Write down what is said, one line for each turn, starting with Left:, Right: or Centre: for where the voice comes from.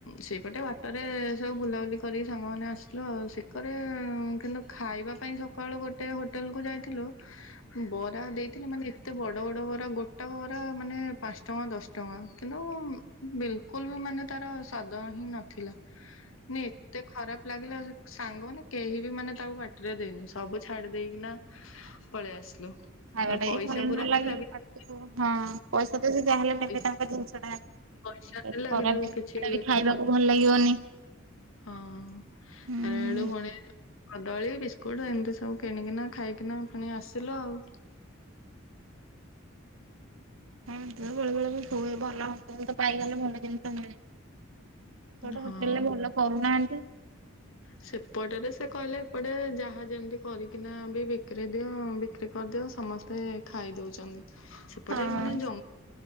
Left: ସେଇପଟେ ବାଟରେ ସବୁ ବୁଲାବୁଲି କରି ସାଙ୍ଗମାନେ ଆସିଲୁ ଆଉ ସେକରେ କିନ୍ତୁ ଖାଇବା ପାଇଁ ସକାଳୁ ଗୋଟେ ହୋଟେଲକୁ ଯାଇଥିଲୁ ବରା ଦେଇଥିଲେ ମାନେ ଏତେ ବଡ ବଡ ବରା ପୁରା ଗୋଟା ବରା ମାନେ ପାଞ୍ଚ ଟଙ୍କା ଦଶ ଟଙ୍କା କିନ୍ତୁ ବିଲକୁଲ ବି ମାନେ ତାର ସାଦ ହିଁ ନଥିଲା ମା ଏ ଏତେ ଖରାପ ଲାଗିଲା ସାଙ୍ଗମାନେ କେହି ବି ମାନେ ତାକୁ ପାଟିରେ ଦେଇନୁ ସବୁ ଛାଡି ଦେଇକିନା ପଳେଇ ଆସଲୁ
Right: ଖାଇବାଟା
Left: ନା
Right: ବି
Left: ପଇସା
Right: ଭଲ ନ
Left: ପୁରା <unintelligible>
Right: <unintelligible> ହଁ ପଇସା ତ ସେ ଯାହାହେଲେ ନେବେ
Left: ପଇସା
Right: ତାଙ୍କ ଜିନିଷ ଟା ଏ
Left: ପଇସା ଦେଲା
Right: ଖରାପ
Left: କିନ୍ତୁ
Right: ଜିନିଷଟା
Left: କିଛି
Right: ବି ଖାଇବାକୁ ଭଲ ଲାଗିବନି।
Left: ହଁ
Right: ହୁଁ।
Left: ଥରେ ହେଟୁ କଣ ହେ କଦଳୀ ବିସ୍କୁଟ ଏମତି ସବୁ କିଣିକିନା ଖାଇକିନା ଫୁଣି ଆସିଲୁ ଆଉ।
Right: ହଁ ତ ବେଳେବେଳେ ବି ହୁଏ ଭଲ ହୋଟେଲ ତ ପାଇଗଲେ ଭଲ ଜିନିଷ ମିଳେନି। ଗୋଟେ
Left: ହଁ।
Right: ହୋଟେଲରେ ଭଲ କରୁନାହାନ୍ତି।
Left: ସେପଟରେ ସେ କହିଲେ ଏପଟେ ଯାହା ଯେମିତି କରିକିନା ବି ବିକ୍ରି ଦିଅ ବିକ୍ରି କରିଦିଅ ସମସ୍ତେ ସ୍ତେ ଖାଇଦଉଛନ୍ତି। ସେପଟେ
Right: ହଁ।
Left: ମାନେ ଜ